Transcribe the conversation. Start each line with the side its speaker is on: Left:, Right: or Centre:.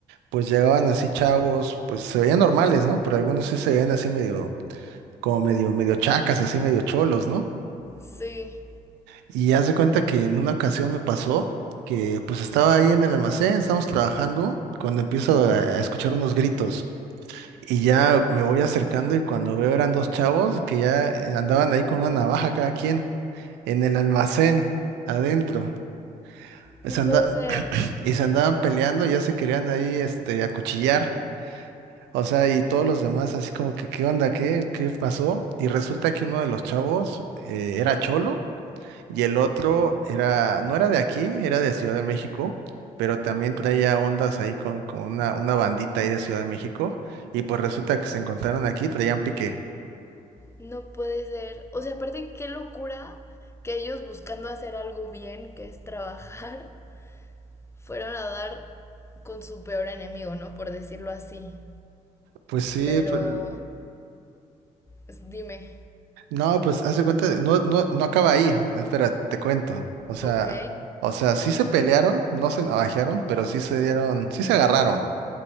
Right: pues llegaban así chavos, pues se veían normales, ¿no? Pero algunos sí se veían así medio, como medio, medio chacas, así medio cholos, ¿no?
Left: sí.
Right: Y haz de cuenta que en una ocasión me pasó que pues estaba ahí en el almacén, estábamos trabajando, cuando empiezo a a escuchar unos gritos. Y ya me voy acercando y cuando veo eran dos chavos que ya eh, andaban ahí con una navaja cada quien en el almacén adentro. Se
Left: no puede
Right: anda-
Left: ser,
Right: <clears throat> y se andaban peleando, ya se querían ahí este, acuchillar. O sea, y todos los demás así como que, ¿qué onda? ¿Qué, qué pasó? Y resulta que uno de los chavos eh, era cholo y el otro era, no era de aquí, era de Ciudad de México, pero también traía ondas ahí con, con una, una bandita ahí de Ciudad de México. Y pues resulta que se encontraron aquí, traían pique.
Left: no puede ser. O sea, aparte, qué locura que ellos buscando hacer algo bien, que es trabajar, <laughs> fueron a dar con su peor enemigo, ¿no? Por decirlo así.
Right: Pues sí,
Left: Pero,
Right: pero-
Left: s- dime,
Right: no, pues haz de cuenta, no, no, no acaba ahí, espera, te cuento. O sea,
Left: ok,
Right: o sea, sí se pelearon, no se navajearon, pero sí se dieron, sí se agarraron.